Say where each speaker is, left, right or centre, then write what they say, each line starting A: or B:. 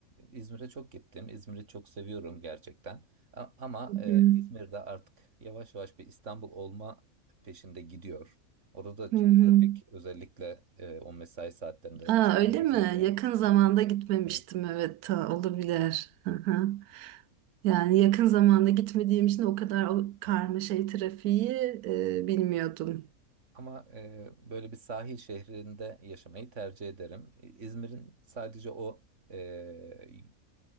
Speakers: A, on the right; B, on the right.
A: İzmir'e çok gittim. İzmir'i çok seviyorum gerçekten. A- Ama
B: Hı
A: e,
B: hı.
A: İzmir'de artık yavaş yavaş bir İstanbul olma peşinde gidiyor. Orada da
B: Hı hı.
A: trafik özellikle e, o mesai saatlerinde
B: Ha,
A: çekilmez
B: öyle mi?
A: oluyor.
B: Yakın zamanda gitmemiştim
A: Evet,
B: evet ta olabilir. Hı hı. Yani yakın zamanda gitmediğim için o kadar o karmaşayı
A: evet.
B: trafiği e, bilmiyordum.
A: Ama e, böyle bir sahil şehrinde yaşamayı tercih ederim. İ- İzmir'in sadece o e,